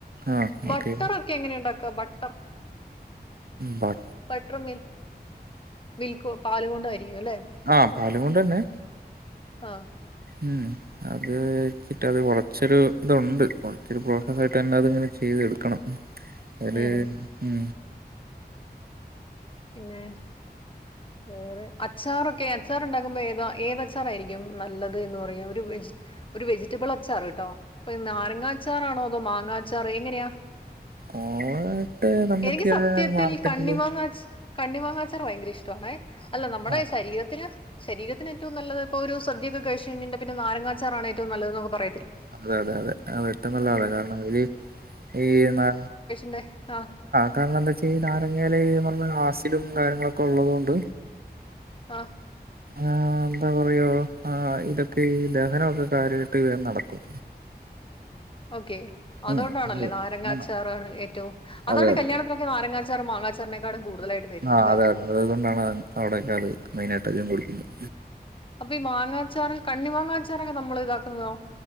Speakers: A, on the right; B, on the left.
A: ആ
B: ബട്ടറൊക്കെ
A: ഓക്കെ
B: എങ്ങനെ ഉണ്ടാക്ക ബട്ടർ.
A: ബ
B: പട്ട്റ്മിൽ മിൽക്ക് പാല് കൊണ്ടയിരിക്കും അല്ലെ.
A: ആഹ് പാല് കൊണ്ടെന്നേ.
B: ആഹ്.
A: മ്മ്ഹ്. അത് <unintelligible> അത് കുറച്ചൊരു ഇതുണ്ട് കുറച്ചരു പ്രോസസ്സായിട്ട് തന്നെ അതിങ്ങനെ ചെയ്തെടുക്കണം. അത്
B: ഉം
A: ഉം
B: പിന്നെ വേറെ. അച്ചാറൊക്കെ അച്ചാർ ഉണ്ടാക്കുമ്പോ ഏതാ ഏത് അച്ചാറായിരിക്കും നല്ലത് എന്ന് പറയാ ഒരു വെജി ഒരു വെജിറ്റബിൾ അച്ചാറ്ട്ടോ ഇപ്പൊ നാരങ്ങാച്ചാറാണോ അതോ മാങ്ങാച്ചാറാണോ എക്കന്നെയാ
A: ഓവറായിട്ട് നമുക്ക്
B: എനിക്ക് സത്യത്തിൽ
A: ആ മാർക്കറ്റില്
B: കണ്ണിമാങ്ങാ അച്ഛാ കണ്ണി മാങ്ങാച്ചാർ ഭയങ്കര ഇഷ്ടണ അല്ല നമ്മുടെ
A: ആ
B: ശരീരത്തിന്. ശരീത്തിന് ഏറ്റവും നല്ലത്പ്പോ ഒരു സദ്യൊക്കെ കഴിച്ച കഴിഞ്ഞ പിന്ന നാരങ്ങച്ചാറാണ് ഏറ്റവും നല്ലതന്നൊക്കെ പറ
A: അതെ അതെ അതെ അതേറ്റെം നല്ല ആതാണ് കാരണം അതില് ഈ ന
B: ല്ലെ ആഹ്.
A: കാരണം എന്താ വെച്ച് കഴിഞ്ഞാല് <unintelligible> നാരങ്ങേയിലന്ന് പറഞ്ഞൽ ആസിഡും കാര്യങ്ങളൊക്കെ ഉള്ളതുകൊണ്ട്
B: ആഹ്
A: ആഹ് എന്താ പറയാ ആഹ് ഇതൊക്കെ ഈ ദഹനൊക്കെ കാര്യായിട്ട് വേനടക്കും
B: ഓക്കെ അതോണ്ടാണല്ലേ
A: ഉം അതെ
B: നാരങ്ങാച്ചാർ
A: ആ
B: ഏറ്റവും അതാണ്
A: അതെ അതെ
B: കല്യാണത്തിന് നാരങ്ങാച്ചാറ് മാങ്ങാച്ചാറിനെക്കാളും കൂടുതലായിട്ട് തരുന്നെ
A: ആ
B: ല്ലേ
A: അതെ അത് കൊണ്ടാണ് അവിടെയൊക്കെയത് മെയ്‌നായിട്ട് അധികം കൊടുക്കുന്നത്
B: അപ്പൊ ഈ മാങ്ങാച്ചാറ് കണ്ണി മാങ്ങാച്ചാറൊക്കെ നമ്മള് ഇതാക്കുന്നതോ